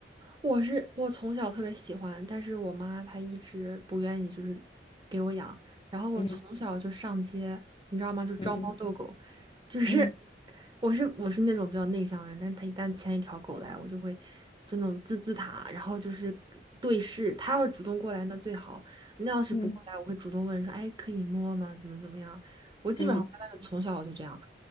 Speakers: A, on the right; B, on the left.
A: 我是我从小特别喜欢，但是我妈她一直不愿意，就是给我养。然后我从小就上街，
B: 嗯
A: 你知道吗？就招猫逗狗，
B: 嗯
A: 就是
B: 嗯
A: 我是我是那种比较内向的人，但是她一旦牵一条狗来，我就会就那种滋滋它，然后就是对视。她要是主动过来那最好，那要是不过来，
B: 嗯
A: 我会主动问说，哎，可以摸吗？怎么怎么样？我基本上在外面从小我就这样。
B: 嗯，